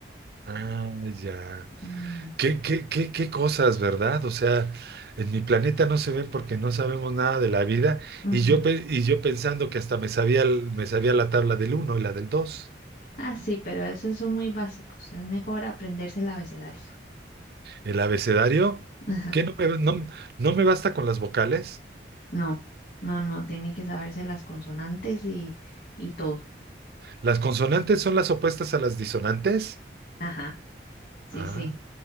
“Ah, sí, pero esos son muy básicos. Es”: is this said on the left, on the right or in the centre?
Left